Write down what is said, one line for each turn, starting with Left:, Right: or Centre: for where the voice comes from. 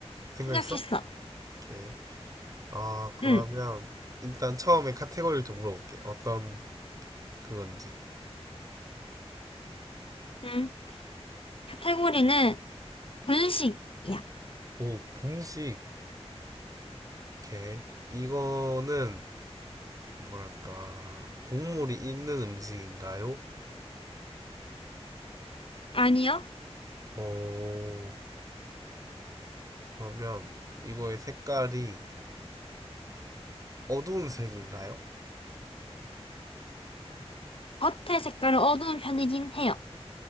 Right: 생각했어?
Left: 생각했어.
Right: 오케이. 아, 그러면
Left: 응,
Right: 일단 처음에 카테고리를 좀 물어볼게. 어떤 그건지.
Left: 응. 카테고리는 분식이야.
Right: 오, 분식. 오케이. 이거는 뭐랄까 국물이 있는 음식인가요?
Left: 아니요.
Right: 오, 그러면 이거의 색깔이 어두운 색인가요?
Left: 겉의 색깔은 어두운 편이긴 해요.